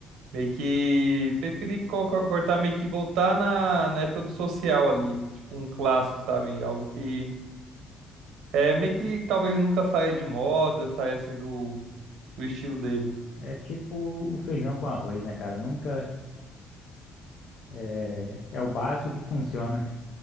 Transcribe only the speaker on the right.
Meio que preferi co- co- cortar, meio que voltar na, na época do social ali, tipo um clássico, sabe? Algo que é meio que talvez nunca saia de moda, saia assim do, do estilo dele.